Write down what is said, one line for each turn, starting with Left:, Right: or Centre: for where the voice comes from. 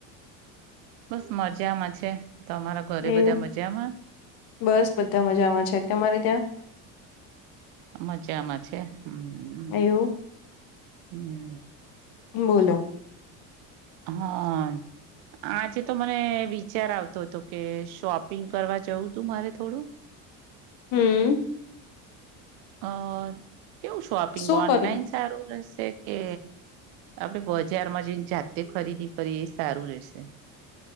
Right: બસ મજામાં છે તમારા ઘરે
Left: એવું
Right: બધા મજામાં
Left: બસ બધા મજામાં છે તમારે ત્યાં
Right: મજામાં છે હમ
Left: એવું
Right: હમ
Left: બોલો
Right: હા આજે તો મને વિચાર આવતો હતો કે શોપિંગ કરવા જવું તું મારે થોડું
Left: હમ
Right: અ કેવું શોપિંગ
Left: શું
Right: ઓનલાઈન
Left: કરું
Right: સારું રહેશે, કે આપડે બજારમાં જેને જાતે ખરીદી કરીએ એ સારું રહેશે.